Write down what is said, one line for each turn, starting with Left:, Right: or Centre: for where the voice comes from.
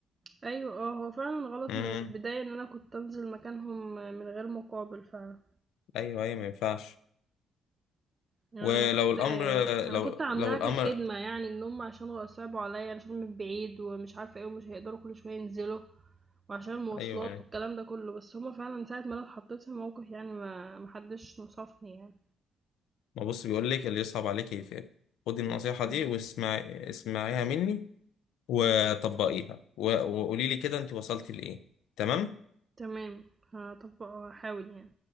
Right: أيوه آه، هو فعلًا غلط
Left: امم
Right: من البداية إن أنا كنت أنزل مكانهم من غير مقابل فعلًا.
Left: ايوه ايوه ما ينفعش
Right: يعني
Left: ولو
Right: انا كنت
Left: الامر
Right: انا
Left: لو
Right: كنت عاملاها
Left: لو الامر
Right: كخدمه يعني ان هم عشان صعبوا عليا عشان من بعيد ومش عارفه ايه ومش هيقدروا كل شويه ينزلوا وعشان المواصلات
Left: ايوه ايوه
Right: والكلام ده كله بس هما فعلا ساعه ما انا اتحطيت في موقف يعني ما محدش نصفني يعني
Left: ما بص بيقول لك اللي يصعب عليك يفعل خدي النصيحة
Right: مم.
Left: دي واسمعي اسمعيها مني وطبقيها و- وقولي لي كده انت وصلتي لإيه تمام
Right: تمام هطبق هحاول يعني